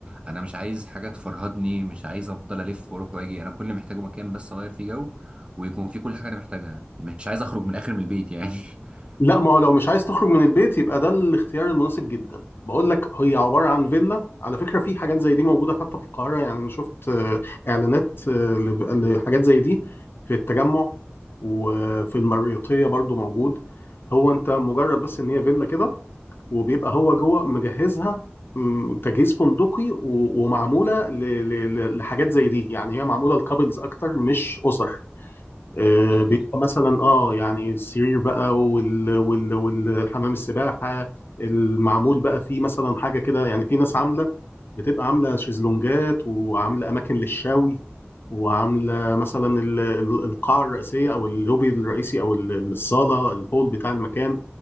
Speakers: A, on the right; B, on the left.
A: انا مش عايز حاجه تفرهدني مش عايز افضل الف واروح واجي انا كل اللي محتاجه مكان بس اغير فيه جو ويكون فيه كل حاجه انا محتاجها مش عايز اخرج من الاخر من البيت يعني <laughs>
B: لا ما هو لو مش عايز تخرج من البيت يبقى ده الاختيار المناسب جدا بقول لك هي عبارة عن فيلا على فكرة في حاجات زي دي موجودة حتى في القاهرة يعني أنا شفت آه، إعلانات آه، ل- لحاجات زي دي في التجمع وفي المريوطية برضو موجود هو أنت مجرد بس إن هي فيلا كده وبيبقى هو جوه مجهزها مم، تجهيز فندقي و- ومعمولة ل- ل- ل- لحاجات زي دي يعني هي معمولة لكابلز أكتر مش أسر آه،
A: فاهم
B: بيبقى
A: قصدي
B: مثلا اه يعني السرير بقى وال وال والحمام السباحه المعمول بقى فيه مثلا حاجه كده يعني في ناس عامله بتبقى عامله شيزلونجات وعامله اماكن للشوي وعامله مثلا ال- ال- القاعه الرئيسيه او اللوبي الرئيسي او ال- الصاله الهول بتاع المكان